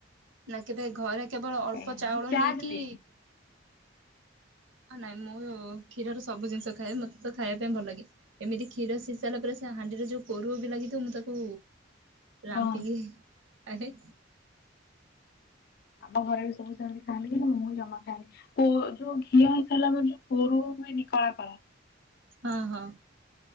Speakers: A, on the right (about 75°); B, on the left (about 50°).
A: ନା କେବେ ଘରେ କେବଳ ଅଳ୍ପ
B: ଏଇଆ
A: ଚାଉଳ
B: ମୁଁ ଚା
A: ନେଇକି
B: ବି ପିଏନି।
A: ହଁ ନାଇଁ ମୁଁ କ୍ଷୀରର ସବୁ ଜିନିଷ ଖାଏ ମତେ ତ ଖାଇବା ପାଇଁ ଭଲଲାଗେ। ଏମିତି କ୍ଷୀର ସିଝିସାରିଲା ପରେ ସେ ହାଣ୍ଡିରେ ଯୋଉ କୋରୁଅବି ଲାଗିଥିବ ମୁଁ ତାକୁ ରାମ୍ପିକି
B: ହଁ
A: ଆରେ
B: ଆମ ଘରେ ବି ସବୁ ସେମତି ଖାଆନ୍ତି କିନ୍ତୁ ମୁଁ ଜମା ଖାଏନି। କରୁଅ, ଘିଅ ହେଇସାରିଲା ପରେ ଯୋଉ କରୁଅ ହୁଏନି କଳା କଳା
A: ହଁ, ହଁ